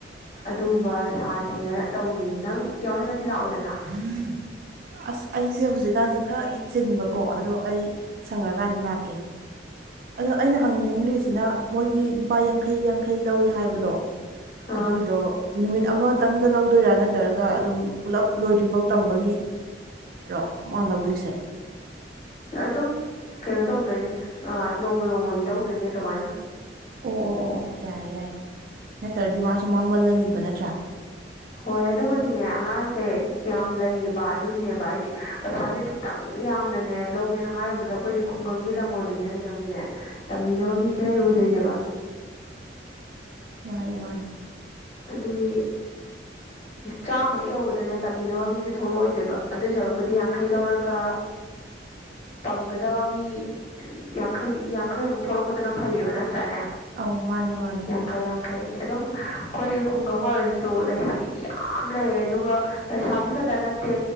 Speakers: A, on the left (about 40°); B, on the right (about 50°).
A: ꯑꯗꯨꯒꯨꯝꯕ ꯁꯥꯁꯦꯅ ꯇꯧꯔꯤꯌꯦ ꯅꯪ ꯌꯥꯎꯅꯤꯡꯉꯗꯤ ꯂꯥꯛꯎꯗꯅ
B: <unintelligible> ꯑꯁ ꯑꯩꯖ‌ꯦ ꯍꯨꯖꯤꯛꯀꯥꯟꯖ‌ꯦ ꯈꯔꯗꯤ ꯆꯤꯟꯕꯀꯣ ꯑꯗꯣ ꯑꯩ ꯁꯪꯉꯀꯥꯟꯗ ꯂꯥꯛꯀꯦ ꯑꯗꯣ ꯑꯩꯅ ꯍꯪꯅꯤꯡ꯭ꯔꯤꯁꯤꯅ ꯃꯣꯏꯒꯤ ꯂꯨꯄꯥ ꯌꯥꯡꯈꯩ ꯌꯥꯡꯈꯩ ꯂꯧꯏ ꯍꯥꯏꯕꯗꯣ
A: ꯑꯥ
B: ꯑꯗꯨꯏꯗꯣ ꯅꯨꯃꯤꯠ ꯑꯃꯇꯪꯗ ꯂꯧꯗꯣꯏꯔꯥ ꯅꯠꯇ꯭ꯔꯒ ꯑꯗꯨꯝ ꯄꯨꯂꯞ ꯂꯣꯏꯗ꯭ꯔꯤꯐꯥꯎ ꯇꯝꯕꯒꯤ ꯔ‌ꯣ ꯃꯥ ꯂꯧꯗ‌ꯣꯏꯁꯦ
A: ꯑꯗꯨꯝ ꯀꯩꯅꯣ ꯇꯧꯗꯣꯏꯅꯦ ꯑꯥ ꯅꯣꯡꯃꯥ ꯅꯣꯡꯃꯥꯒꯤ ꯂꯧꯗꯣꯏꯅꯦ ꯑꯗꯨꯃꯥꯏꯅ
B: ꯑꯣ ꯑꯣ ꯑꯣ ꯑꯣ ꯌꯥꯏ ꯌꯥꯏ ꯅꯠꯇ꯭ꯔꯗꯤ ꯃꯥꯁꯨ ꯃꯥꯡꯃꯜꯂꯅꯤꯕ ꯅꯠꯇ꯭ꯔꯥ
A: ꯍꯣꯏ ꯑꯗꯨꯕꯨꯗꯤꯅꯦ ꯑꯉꯥꯡꯁꯦ ꯌꯥꯝ ꯂꯩꯌꯦꯕ ꯑꯗꯨꯒꯤꯅꯦꯕ ꯍꯥꯏꯗꯤ ꯄꯩꯁꯥꯖ‌ꯦ ꯈꯤꯠ ꯇꯪ ꯌꯥꯝꯅꯅꯦ ꯂꯧꯒꯦꯅ ꯍꯥꯏꯔꯨꯕꯗ ꯑꯈꯣꯏꯗꯤ ꯈꯨꯡꯒꯪꯒꯤ ꯂꯝ ꯑꯣꯏꯕꯅꯤꯅꯅꯦ ꯑꯃꯨꯛꯅꯦ ꯇꯝꯕꯤꯅꯕ ꯃꯤꯁꯦ ꯂꯩꯔꯣꯏꯗꯣꯏꯅꯦꯕ
B: ꯃꯥꯅꯦ ꯃꯥꯅꯦ
A: ꯑꯗꯨꯒꯤ ꯆꯥꯝꯃ ꯍꯦꯛ ꯌꯧꯕꯗꯅꯦ ꯇꯝꯕꯤꯅꯕ ꯃꯤꯖꯦ ꯊꯣꯛꯂꯛꯑꯣꯏꯗꯣꯏꯕ ꯑꯗꯨꯏ ꯁꯔꯨꯛꯄꯨꯗꯤ ꯌꯥꯡꯈꯩ ꯂꯧꯔꯒ
B: <inaudible>
A: ꯇꯝꯒꯗꯕ ꯃꯤ ꯌꯥꯡꯈꯩ ꯌꯥꯡꯈꯩꯃꯨꯛ ꯊꯣꯛꯂꯛꯄꯗꯨꯅ ꯐꯩꯌꯦꯕ ꯅꯠꯇ꯭ꯔꯅꯦ
B: ꯑꯥꯎ ꯃꯥꯅꯦ ꯃꯥꯅꯦ
A: ꯌꯥꯡꯈꯩ ꯌꯥꯡꯈꯩ ꯑꯗꯨꯝ ꯈꯣꯏ ꯈꯨꯡꯒꯪ ꯑꯣꯏꯔꯁꯨ ꯂꯩꯁꯥꯕꯤꯗꯤ ꯌꯥꯝ ꯂꯩ ꯑꯗꯨꯒ ꯂꯩꯁꯕꯤ ꯈꯠꯇ ꯅꯠꯇꯦ